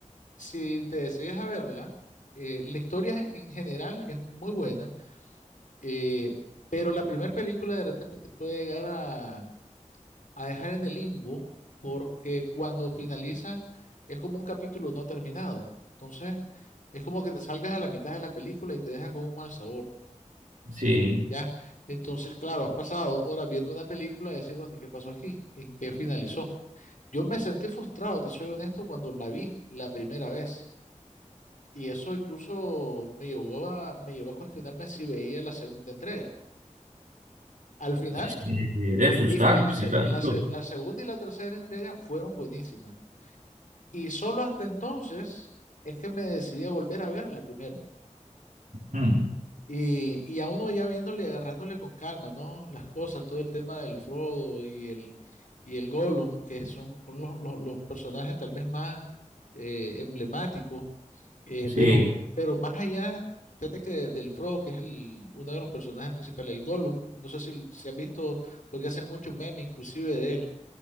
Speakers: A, on the left; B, on the right.
A: si te decides a verla, eh, la historia en general es muy buena, eh, pero la primera película de repente te puede llegar a, a dejar en el limbo porque cuando finaliza es como un capítulo no terminado. Entonces, es como que te salgas a la mitad de la película y te deja con un mal sabor,
B: Sí,
A: ¿ya? Entonces, claro, has pasado horas viendo una película y decir, bueno, ¿y qué pasó aquí? ¿En qué finalizó? Yo me sentí frustrado, te soy honesto, cuando la vi la primera vez. Y eso incluso me llevó a, me llevó a cuestionarme si veía la segunda entrega. Al final,
B: es que debe
A: l-
B: frustrar,
A: vi la,
B: sí,
A: se-
B: claro.
A: la se- la segunda y la tercera entrega fueron buenísimas. Y solo hasta entonces es que me decidí a volver a ver la primera.
B: Mm,
A: Y, y a uno ya viéndole, agarrándole con calma, ¿no? Las cosas, todo el tema del Frodo y el, y el Gollum, que son, son los, los- los personajes tal vez más eh, emblemáticos, eh,
B: Sí,
A: pero, pero más allá, fíjate que del Frodo, que es el, uno de los personajes principales, el Gollum, no sé si, si has visto, porque hacen mucho meme inclusive de él,